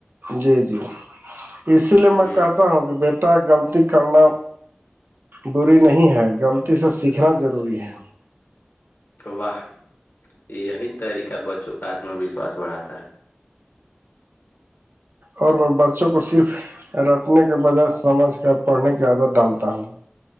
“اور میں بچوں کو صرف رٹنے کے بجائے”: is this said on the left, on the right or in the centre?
Right